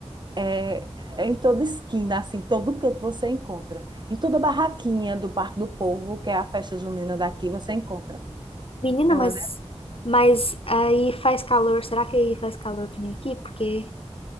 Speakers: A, on the right; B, on the left.
A: é, é em toda esquina, assim, todo canto você encontra. Em toda barraquinha do Parque do Povo, que é a festa junina daqui, você encontra.
B: Menina,
A: É
B: mas,
A: uma
B: mas aí faz calor. Será que aí faz calor que nem aqui? Porque.